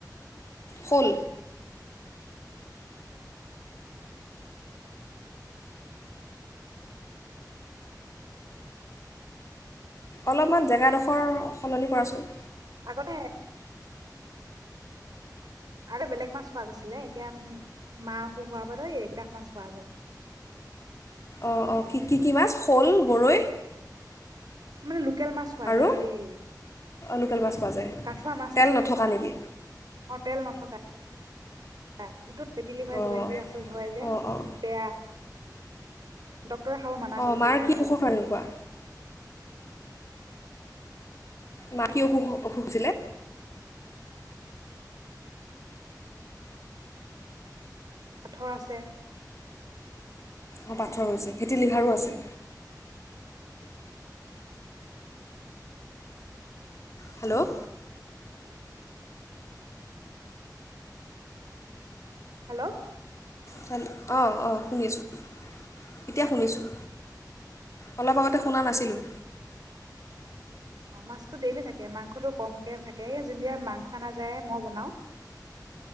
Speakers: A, on the left; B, on the right.
A: শ'ল? অলপমান জেগাডোখৰ সলনি কৰাচোন।
B: আগতে <unintelligible> আৰু বেলেগ মাছ খোৱা গৈছিলে। এতিয়া মা অসুখ হোৱাৰ পৰা এ ইকেইটা মাছ খোৱা গল।
A: অঁ অঁ কি কি কি মাছ? শ'ল, গৰৈ?
B: মানে ল লোকেল মাছ খোৱা
A: আৰু
B: যায়। এ, এই
A: লোকেল মাছ পোৱা যায়
B: কাঠুৱা মাছ
A: তেল নথকা
B: অঁ,
A: নেকি
B: তেল নথকা। হয়। ইটোত ফেটিলিভাৰ
A: অঁ
B: কিবা কিবি আছে হয় যে,
A: অঁ অঁ
B: বেয়া। ড <inaudible> ৰে খাব মানা
A: অঁ
B: কৰিছে,
A: মাৰ
B: এইকেইটা
A: কি
B: খাব
A: অসুখৰ
B: দিছে।
A: কাৰণে নোখোৱা মা কি অসু অসুহ হৈছিলে?
B: পাথৰ আছে।
A: অ পাথৰ হৈছে, ফেটিলিভাৰো আছে। হেল্ল'
B: হেল্ল'
A: হেল অঁ অঁ! শুনিছোঁ। এতিয়া শুনিছোঁ। অলপ আগতে শুনা নাছিলোঁ।
B: অ মাছটো ডেইলি থাকে, মাংসটো কমকে থাকে। এ যোনদিনা মাংস আনা যায় মই বনাওঁ।